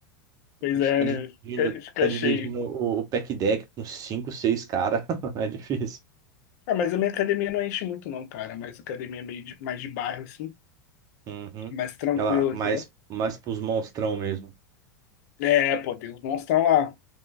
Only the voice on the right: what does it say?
Ficar
dividindo,
ficar dividindo
o, o pack deck com cinco, seis caras <laughs> é difícil.
Uhum.
Aquela, mais,
mais pros monstrão mesmo.